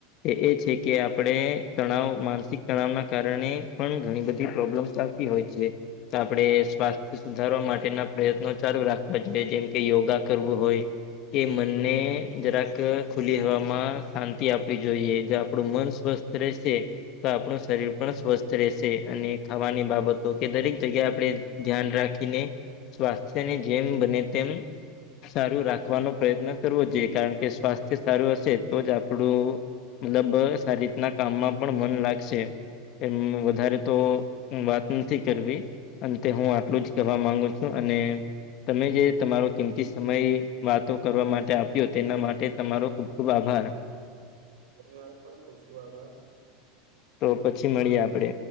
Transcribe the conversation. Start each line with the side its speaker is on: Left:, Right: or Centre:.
Left: તે એ છે કે આપણે તણાવ માનસિક તણાવના કારણે પણ ઘણી બધી પ્રોબ્લેમ્સ હોય છે તો આપણે સ્વાસ્થ્ય સુધારવા માટેના પ્રયત્નો ચાલુ રાખવા જોઈએ જેમકે યોગા કરવું હોય એ મનને જરાક ખુલી હવામાં શાંતિ આપવી જોઈએ જે આપણું મન સ્વસ્થ તર છે તો આપણું શરીર પણ સ્વસ્થ રહેશે અને ખાવાની બાબતો કે દરેક જગ્યાએ આપણે ધ્યાન રાખીને સ્વાસ્થ્યને જેમ બને તેમ સારું રાખ રાખવાનો પ્રયત્ન કરવો જોઈએ કારણ કે સ્વાસ્થ્ય સારું હશે તો જ આપણું મતલબ સારી રીતના કામમાં પણ મન લાગશે એમ વધારે તો વાત નથી કરવી અંતે હું આટલું જ કહેવા માંગુ છું અને તમે જે તમારો કિંમતી સમય વાતો કરવા માટે આપ્યો તેના માટે તમારો ખૂબ ખૂબ આભાર
Right: તમારે પણ શું શું આભાર
Left: તો પછી મળીએ આપડે